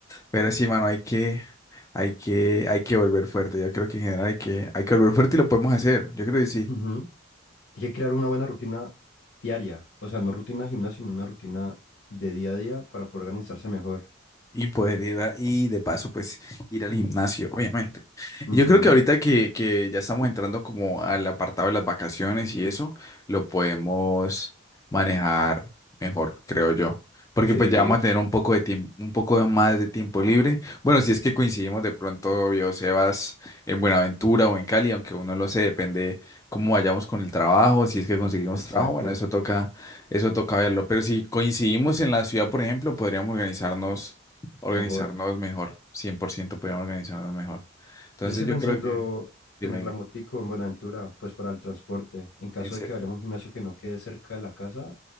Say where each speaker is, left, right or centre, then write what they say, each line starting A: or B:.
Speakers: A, on the left (about 15°); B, on the left (about 65°).
A: Pero sí, mano, hay que, hay que, hay que volver fuerte. Yo creo que en general hay que, hay que volver fuerte y lo podemos hacer. Yo creo que sí.
B: Ujú. Hay que crear una buena rutina diaria, o sea, no rutina de gimnasio, sino una rutina de día a día para poder organizarse mejor.
A: Y poder ir a- y de paso, pues ir al gimnasio, obviamente.
B: Ujú,
A: Y Yo creo que ahorita que, que ya estamos entrando como al apartado de las vacaciones y eso, lo podemos manejar mejor, creo yo. Porque
B: Sí,
A: pues ya vamos a tener un poco de tiempo, un poco más de tiempo libre. Bueno, si es que coincidimos de pronto, yo, Sebas, en Buenaventura o en Cali, aunque uno lo sé, depende cómo vayamos con el trabajo, si es que conseguimos
B: Exacto,
A: trabajo, bueno, eso toca, eso toca verlo. Pero si coincidimos en la ciudad, por ejemplo, podríamos organizarnos organizarnos
B: mejor.
A: mejor, 100% podríamos organizarnos mejor. Entonces
B: Yo estoy
A: yo
B: pensando
A: creo que,
B: tener
A: dime, dime,
B: la motico en Buenaventura, pues para el transporte. En caso
A: en serio.
B: de que vayamos a un gimnasio que no quede cerca de la casa,